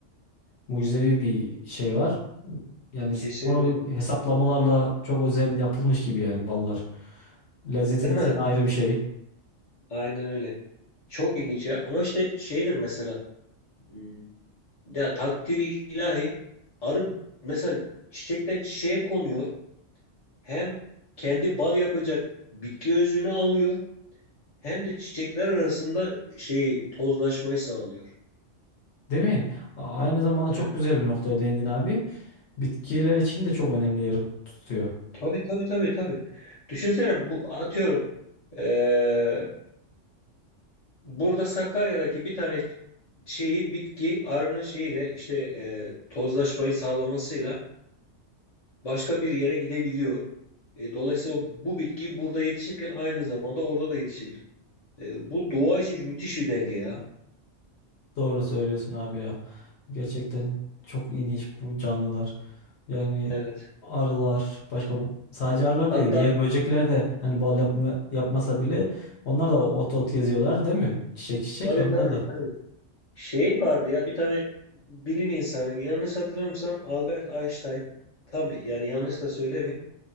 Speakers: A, on the left; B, on the left.
A: mucizevi bir şey var. Yani
B: kesinlikle.
A: bunu hesaplamalarla çok özel yapılmış gibi yani ballar. Lezzeti
B: Değil
A: desen
B: mi?
A: ayrı bir şey.
B: Aynen öyle. Çok ilginç ya. Ama işte şeydir mesela. Hmm, Ya takdiri ilahi arı mesela çiçekten çiçeğe konuyor. Hem kendi bal yapacak bitki özünü alıyor hem de çiçekler arasında şey tozlaşmayı sağlıyor.
A: Değil mi? A- Aynı zamanda
B: Evet.
A: çok güzel bir noktaya değindin abi. Bitkiler için de çok önemli yer tutuyor.
B: Tabii tabii tabii tabii. Düşünsene bu atıyorum eee, burada Sakarya'daki bir tane şeyi bitki arının şeyiyle işte eee, tozlaşmayı sağlamasıyla başka bir yere gidebiliyor. E, dolayısıyla bu bitki burada yetişirken aynı zamanda orada da yetişebilir. E, bu doğa için müthiş bir denge ya.
A: Doğru söylüyorsun abi ya. Gerçekten çok ilginç bu canlılar. Yani
B: Evet.
A: arılar başka bu- sadece arılar
B: Hatta
A: değil diğer böcekler de hani bal yapma, yapmasa bile onlar da ot ot geziyorlar değil mi? Çiçek çiçek
B: tabii
A: onlar
B: tabii
A: da.
B: tabii. Şey vardı ya bir tane bilim insanı yanlış hatırlamıyorsam Albert Einstein tam yani yanlış da söylemeyeyim.